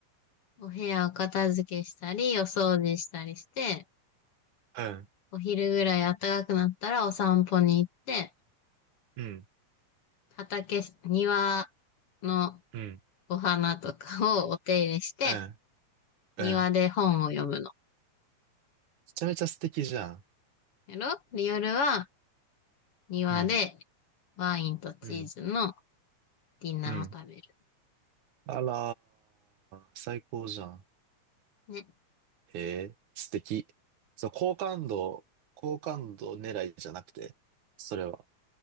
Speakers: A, on the left (about 50°); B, on the right (about 80°).
A: お部屋を片付けしたり、お掃除したりして、
B: うん。
A: お昼ぐらい暖かくなったらお散歩に行って、
B: うん。
A: 畑、庭の
B: うん。
A: お花とかをお手入れして、
B: うん。うん。
A: 庭で本を読むの。
B: めちゃめちゃ素敵じゃん。
A: やろで、夜は庭で
B: うん。
A: ワインとチーズの
B: うん。
A: ディナーを食べる。
B: うん。あらー、最高じゃん。
A: ね。
B: へえ、素敵。そう、好感度、好感度狙いじゃなくて、それは